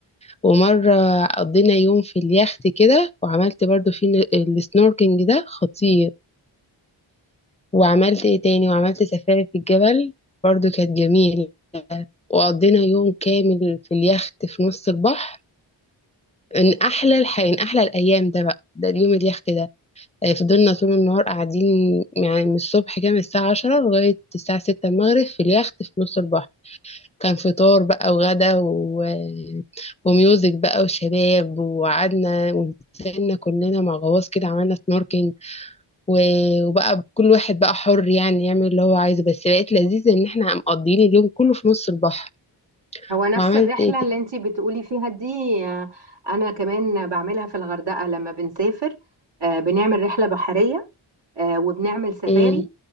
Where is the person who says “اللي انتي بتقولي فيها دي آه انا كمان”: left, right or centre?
Right